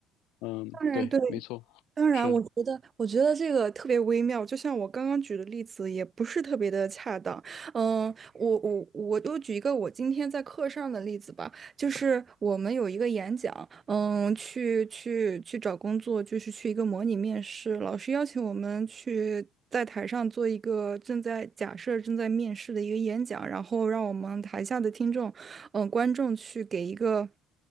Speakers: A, on the left; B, on the right.
A: 嗯，
B: 当然对。
A: 对，没错，
B: 当然，
A: 是
B: 我觉得，我觉得这个特别微妙，就像我刚刚举的例子，也不是特别的恰当。嗯，我我我就举一个我今天在课上的例子吧，就是我们有一个演讲，嗯，去去去找工作，就是去一个模拟面试，老师邀请我们去。在台上做一个正在假设正在面试的一个演讲，然后让我们台下的听众，嗯、观众去给一个。